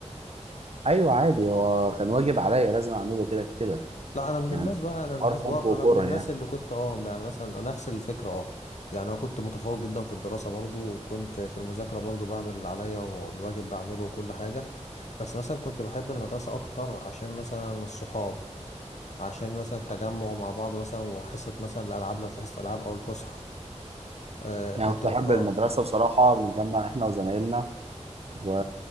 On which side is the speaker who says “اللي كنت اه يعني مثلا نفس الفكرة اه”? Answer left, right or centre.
Left